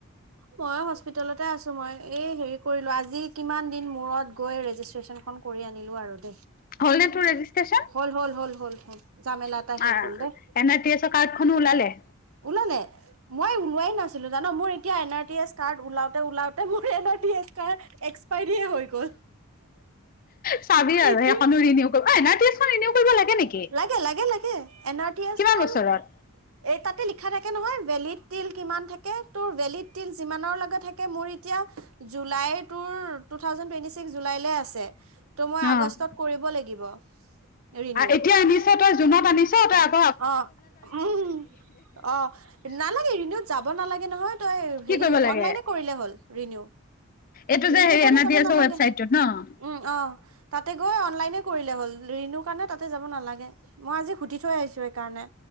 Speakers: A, on the right; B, on the left.
A: মই হস্পিতেলতে আছো, মই এই হেৰি কৰিলো, আজি কিমান দিন মূৰত গৈ ৰেজিষ্ট্ৰচন খন কৰি আনিলো আৰু দেই।
B: হ'লনে তোৰ ৰেজিষ্ট্ৰেশচন?
A: হ'ল, হ'ল, হ'ল, হ'ল, হ'ল। জামেলা
B: তোমাৰ,
A: এটা শেষ হ'ল দেই
B: এন আৰ টি এছ অৰ' কাৰ্ডখন ওলালে?
A: ওলালে। মই ওলোৱাই নাছিলো জান, মোৰ এতিয়া N R T S card ওলাওঁতে ওলাওঁতে, মোৰ N R T S card এক্সপাইৰিয়ে হৈ গ'ল।
B: চাবি আৰু
A: এতিয়া
B: সেইখনো ৰিনিও কৰিব, ঐ এন আৰ টি এছ খন ৰিনিয়ো কৰিব লাগে নেকি?
A: লাগে লাগে এন আৰ ডি এছ
B: কিমান
A: খন,
B: বছৰত
A: এই তাত লিখা থাকে নহয়, ভেলিড তিল কিমান থাকে তোৰ ভেলিড তিল যিমানৰ লগত থাকে, মোৰ এতিয়া জুলাই তোৰ, টু থাউজেনড টুৱেণ্টি ছিক্স জুলাইলৈ আছে। ত' মই
B: অ
A: আগষ্টত কৰিব লাগিব, ৰিনিউ।
B: এতিয়া আনিছ তই জুনত আনিছো তাত
A: অ', উম অ', নালাগে ৰিনিউত যাব নালাগে নহয়। তই
B: কি
A: হেৰি
B: কৰিব লাগে
A: অনলাইনে কৰিলে হ'ল ৰিনিউ।
B: এইটো যে
A: ৰিনিউ
B: হেৰি
A: কাৰণে
B: এন
A: যাব
B: ডি এছৰ
A: নালাগে
B: ৱেবচাইট টোত ন।
A: উম অ'। তাতে গৈ অনলাইনে কৰিলে হ'ল, ৰিনিউৰ কাৰণে তাতে যাব নালাগে, মই আজি সুধি থৈ আহিছো সেইকাৰণে।